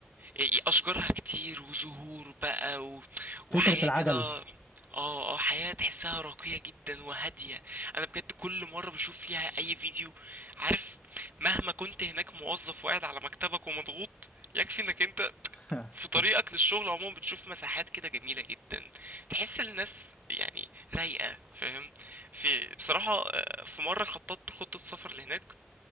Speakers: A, on the right; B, on the left.
A: إيه- إيه، اشجارها كتير وزهور بقى و...
B: فكرة
A: وحياة
B: العجل
A: كده اه اه حياة تحسها راقية جدا وهادية انا بجد كل مرة بشوف فيها اي فيديو عارف مهما كنت هناك موظف وقاعد على مكتبك ومضغوط يكفي انك انت
B: <laughs>
A: في طريقك للشغل عموما بتشوف مساحات كده جميلة جدا تحس الناس يعني رايقة فاهم في بصراحة آه، في مرة خططت خطة سفر لهناك